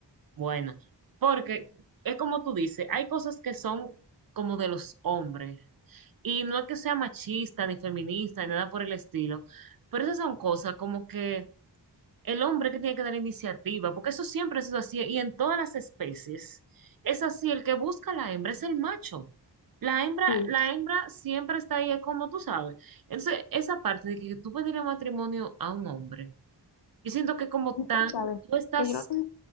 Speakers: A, on the right; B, on the left.
A: Bueno, porque es como tú dices, hay cosas que son como de los hombres. Y no es que sea machista ni feminista ni nada por el estilo, pero esas son cosas como que el hombre que tiene que dar la iniciativa, porque eso siempre ha sido así y en todas las especies es así, el que busca a la hembra es el macho. La hembra,
B: Sí,
A: la hembra siempre está ahí, es como tú sabes. Entonces, esa parte de que tú pedirle matrimonio a un hombre, yo siento que como
B: y tú
A: tan,
B: sabes
A: tú estás,
B: que yo no,